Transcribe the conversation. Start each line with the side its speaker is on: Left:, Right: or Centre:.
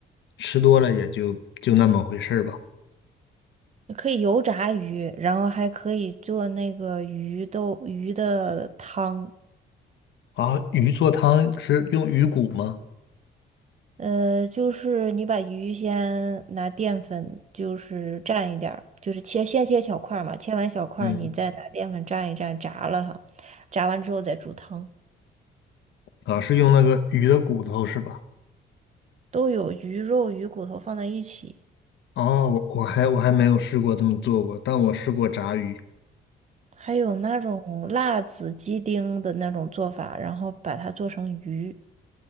Left: 吃多了也就就那么回事儿吧。
Right: 可以油炸鱼，然后还可以做那个鱼豆鱼的汤。
Left: 啊，鱼做汤是用鱼骨吗？
Right: 呃，就是你把鱼先拿淀粉，就是蘸一点儿，就是切先切小块儿嘛，切完小块儿你再拿淀粉蘸一蘸，
Left: 嗯，
Right: 炸了它，炸完之后再煮汤。
Left: 啊，是用那个鱼的骨头是吧？
Right: 都有鱼肉、鱼骨头放在一起。
Left: 哦，我我还我还没有试过这么做过，但我试过炸鱼。
Right: 还有那种辣子鸡丁的那种做法，然后把它做成鱼，